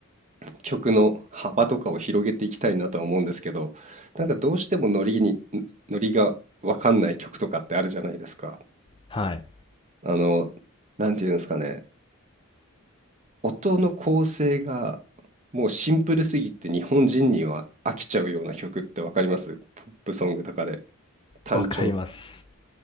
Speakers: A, on the right (about 30°); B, on the left (about 25°).
A: 曲の幅とかを広げていきたいなとは思うんですけど、なんかどうしてもノリに、んノリがわかんない曲とかってあるじゃないですか。
B: はい。
A: あの、なんていうんですかね、音の構成がもうシンプルすぎて日本人には飽きちゃうような曲ってわかりますポップソングとかで単調。
B: わかります。